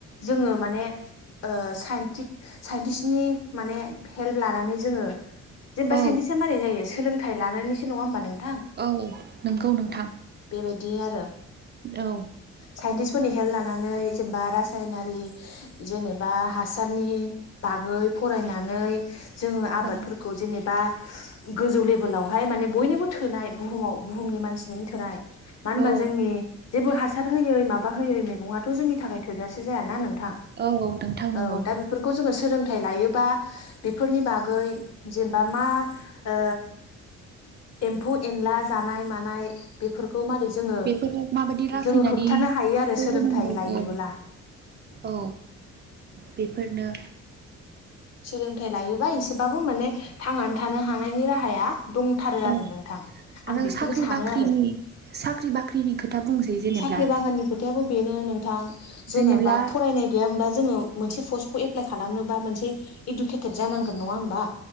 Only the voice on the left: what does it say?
जोङो माने ओ साइटिप साइन्टिस्टनि माने हेल्प लानानै जोङो जेनबा
साइन्टिसआ मारै जायो सोलोंथाइ लानानैसो नङा होनोमबा नों
बेबायदि आरो
साइन्टिस्टफोरनि हेल् ला नानै जेनेबा रासायनारि जेनेबा हासारनि बागै फरायना नै जोङो आबादफोरखौ
जेनेबा गोजौ लेभेलावहाय माने बयनिबो थोनाय बुहुमाव बुहुमनि मानसिनिनो थोनाय। मानबा
जोंनि जेबो हासार होयै माबा होयै मैगङाथ' जोंनि थाखाय थोजासे जायाना नों थां
औ दा बेफोरखौ जोङो सोलों थाइ लायोबा बेफोरनि बागै जेनबा मा ओ एम्फौ-एनला जानाय मानाय बेफोरखौ मारै जोङो
जोङो होबथानो हायो आरो सोलोंथाइ
लायोबोला।
सोलोंथाइ लायोबा एसेबाबो माने थांनानै थानो हानायनि राहाया दंथारो
आरो नोंथां
आं बेखौनो
सानो
आरो
साख्रि बागाननि खोथायाबो बेनो नोंथां जेनेबा
फरायनाय गैयाओमबा जोङो। मोनसे पस्तखौ एप्लााय खालामनोबा मोनसे इदुकेटेद जानांगोन नङा होमबा।